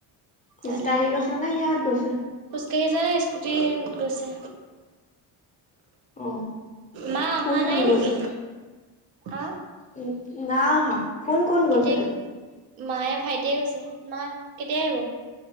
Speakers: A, on the left (about 15°); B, on the right (about 75°).
A: খোজকাঢ়ি
B: তালে গ'ল।
A: গৈছে নে কিহত গৈছে?
B: খোজকাঢ়ি যোৱা নাই স্কুটি গৈছে।
A: অ,
B: মা অহা
A: কোন
B: নাই
A: কোন
B: নেকি
A: গৈছে?
B: আহ
A: উ, না আহা কোন কোন
B: কেতিয়া
A: গৈছে?
B: মায়ে ভাইটিয়ে গৈছে, মা কেতিয়া আহিব?